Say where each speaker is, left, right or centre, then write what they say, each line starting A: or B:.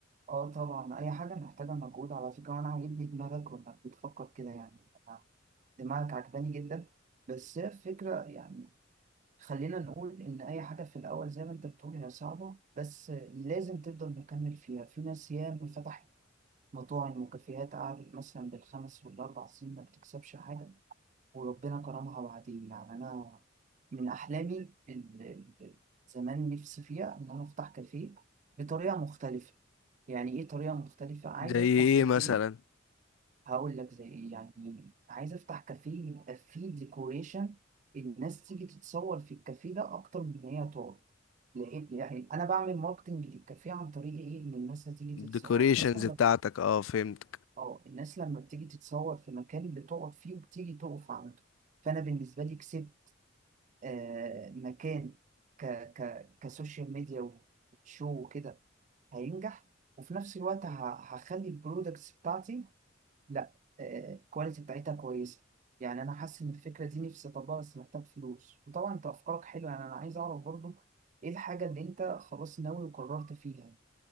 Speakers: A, on the right; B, on the left.
A: اه طبعا اي حاجه محتاجه مجهود على فكره وانا عاجبني دماغك وانك بتفكر كده يعني أنا دماغك عجباني جدا بس هي الفكره يعني خلينا نقول ان اي حاجه في الاول زي ما انت بتقول هي صعبه بس لازم تفضل مكمل فيها في ناس ياما فتحت مطاعم وكافيهات قعدت مثلا بالخمس والاربع سنين ما بتكسبش حاجه وربنا كرمها بعدين يعني أنا من أحلامي ال- ال- زمان نفسي فيها إن أنا أفتح كافيه بطريقة مختلفة يعني إيه طريقة مختلفة؟ عايز
B: زي
A: أفتح
B: ايه
A: كافيه
B: مثلا
A: هقول لك زي إيه يعني عايز أفتح كافيه يبقى فيه ديكوريشن الناس تيجي تتصور في الكافيه ده أكتر من إن هي تقعد لأن يعني أنا بعمل ماركتنج للكافيه عن طريق إيه إن الناس هتيجي
B: الديكوريشنز
A: تتصور الناس لما
B: بتاعتك
A: بت-
B: اه فهمت
A: آه الناس لما بتيجي تتصور في مكان بتقعد فيه وبتيجي تقف عنده فأنا بالنسبة لي كسبت آه، مكان ك ك كسوشيال ميديا وشو وكده هينجح وفي نفس الوقت ه- هخلي البرودكتس بتاعتي لا الكواليتي بتاعتها كويسة يعني أنا حاسس إن الفكرة دي نفسي أطبقها بس محتاج فلوس وطبعا أنت أفكارك حلوة يعني أنا عايز أعرف برضو إيه الحاجة اللي أنت خلاص ناوي وقررت فيها